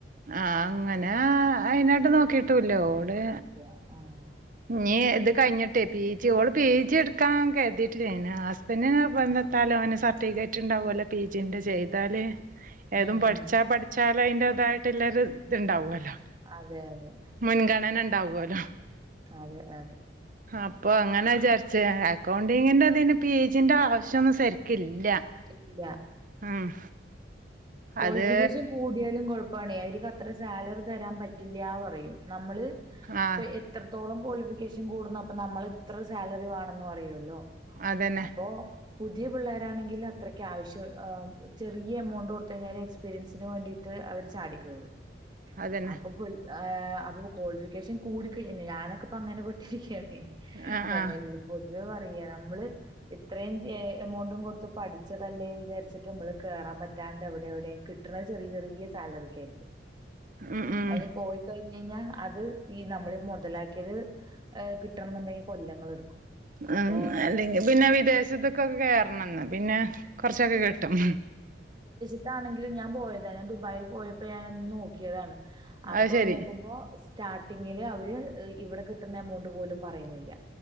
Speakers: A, on the right (about 45°); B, on the right (about 25°).
A: ആഹ് അങ്ങനെ അയിനായിട്ട് നോക്കിട്ടുംല്ല ഓള്
B: ആഹ്
A: ഇനീ ഇത് കഴിഞ്ഞിട്ടെ പി ജി ഓള് പി ജി എടുക്കാൻ കരുതിട്ടില്ലയ്നി പിന്നെ പെണ്ണൊത്താല് ഓന് സർട്ടിഫിക്കറ്റ് ഉണ്ടാവൊല്ലോ പി ജിൻ്റെ ചെയ്താൽ ഏതും
B: ഉം
A: പഠിച്ചാ
B: ഉം
A: പഠിച്ചാല് അയിന്റെ അതായിട്ട്ള്ള ഒരു ഇത്ണ്ടാവല്ലോ
B: അതെ അതെ
A: മുൻഗണന ഉണ്ടാവൊല്ലോ
B: അതെ അതെ
A: അപ്പൊ അങ്ങനെ വിചാരിച് അക്കൗണ്ടിങ്ങിന്റെ അതിന് പി ജിന്റെ ആവശ്യാന്നും ശരിക്കില്ല
B: ഇല്ല
A: ഉം
B: ക്വാളിഫിക്കേഷൻ
A: അത്
B: കൂടിയാലും കുഴപ്പണെ അവർക്ക് അത്ര സാലറി തരാൻ പറ്റില്ല്യ പറയും നമ്മള്
A: ആഹ്
B: ഇപ്പൊ എത്രത്തോളം ക്വാളിഫിക്കേഷൻ കൂടുന്ന് അപ്പൊ നമ്മൾ ഇത്ര സാലറി വേണെന്ന് പറയൊല്ലോ
A: അതന്നെ
B: അപ്പൊ പുതിയ പിള്ളേരാണെങ്കിൽ അത്രക്ക് ആവശ്യം ചെറിയ എമൗണ്ട് കഴിഞ്ഞല് എക്സ്പീരിയൻസിന് വേണ്ടിട്ട് അവര് ചാടികയറും
A: അതന്നെ
B: അപ്പൊ അപ്പൊ ക്വാളിഫിക്കേഷൻ കൂടി കഴിഞ്ഞ ഞാനൊക്കെപ്പൊ അങ്ങനെ പെട്ടിരിക്കയാണേ
A: ആഹ് ആഹ്
B: ആല്ല പൊതുവേ പറയ നമ്മള് ഇത്രയും എമൗണ്ടും കൊടുത്ത് പഠിച്ചതല്ലേ വിചാരിച്ചിട്ട് നമ്മള് കേറാൻ പറ്റാണ്ട് അവിടെ കിട്ട്ണത് ചെറിയ ചെറിയ സാലറിക്ക് ആയിരിക്കും
A: ഉം ഉം
B: അയിന് പോയി കഴിഞ്ഞഴിഞ്ഞാ അത് ഈ നമ്മള് മുതലാക്കിയത് കിട്ടണം എന്നുണ്ടെങ്കിൽ കൊല്ലങ്ങൾ എടുക്കും
A: ഉം
B: അപ്പൊ
A: അല്ലെങ്കി പിന്നെ വിദേശത്തൊക്കൊക്കെ കേയറണം ഇന്നാപിന്നെ കുറച്ചൊക്കെ കിട്ടും
B: അതാണെങ്കിലും ഞാൻ പോയതാണ് ഞാൻ ദുബായിൽ പോയപ്പോ ഞാന് ഒന്ന് നോക്കിയതാണ് അപ്പൊ
A: അത് ശരി
B: നോക്കുമ്പോ സ്റ്റാർട്ടിങ്ങില് അവര് ഇവിടെ കിട്ടുന്ന എമൗണ്ട് പോലും പറയുന്നില്ല